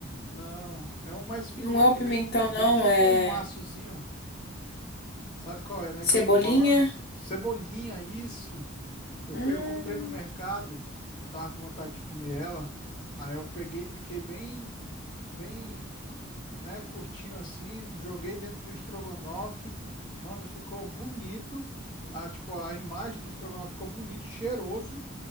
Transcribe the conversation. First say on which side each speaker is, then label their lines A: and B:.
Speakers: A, on the left; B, on the left.
A: Não, é um mais fininho
B: Não é o
A: que
B: pimentão,
A: vem,
B: não,
A: vem tipo
B: é
A: um maçozinho, sabe qual é, né, que
B: cebolinha.
A: eu tô falando? Cebolinha, isso! Eu,
B: Hum.
A: pe- eu comprei no mercado, que eu tava com vontade de comer ela. Aí eu peguei, piquei bem, bem, né, curtinho assim, joguei dentro do estrogonofe. Mano, ficou bonito. A, tipo, a imagem do estrogonofe ficou bonito, cheiroso